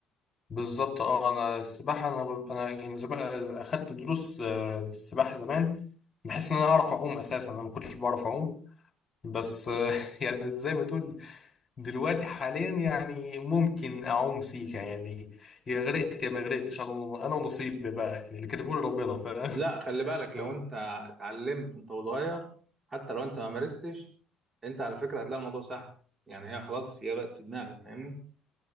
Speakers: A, on the left; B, on the right.
A: بالظبط اه انا السباحة انا ب- انا يعني زمان اخدت دروس آه، السباحة زمان بحس ان انا اعرف اعوم اساسا انا ما كنتش بعرف اعوم بس آه، <laughs> يعني زي ما تقول دلوقتي حاليا يعني ممكن اعوم سيكا يعني يا غرقت يا ما غرقتش انا انا ونصيبي بقى يعني اللي كتبه لي ربنا فاهم
B: لا خلي بالك لو
A: <laughs>
B: انت اتعلمت انت وصغير حتى لو انت ما مارستش انت على فكره هتلاقي الموضوع سهل يعني هي خلاص هي بقت في دماغك فاهمني